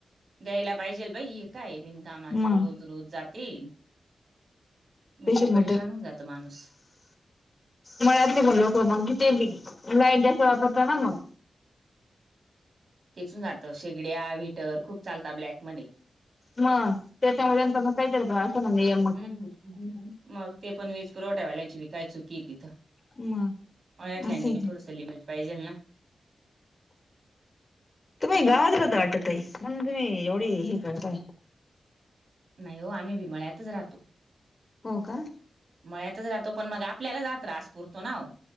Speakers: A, on the right; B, on the left.
A: दयायला पाहिजेल बाई हे काय ये बिन कामाच
B: मग
A: रोज रोज जाते. नुसतं
B: पेशल
A: परेशान
B: मीटर
A: होऊन जातं माणूस.
B: मळ्यातली पण लोक मंग किती बी लाईट जास्त वापरता ना मंग
A: खेचुन जातं शेगड्या व्हीटर खूप चालता ब्लॅक मध्ये
B: म त्याच्यामुळे त्यांचापण कायतरी प असं ना म य
A: हम्म हम् हम् मग ते पण वीज पुरवठ्यावाल्यांची बी काय चुकीये तिथं
B: मग
A: मळ्यातळ्यांनी
B: असं आहे
A: बी थोडस
B: ते
A: लिमिट पाहिजेल ना
B: तुम्ही गावात राहता वाटत ताई, म्हणून तुम्ही एवढी हे करताय.
A: नाय ओ, आम्ही बी मळ्यातच राहतो.
B: हो का.
A: मळ्यातच राहतो पण मग आपल्यालाचं हा त्रास पुरतो नाओ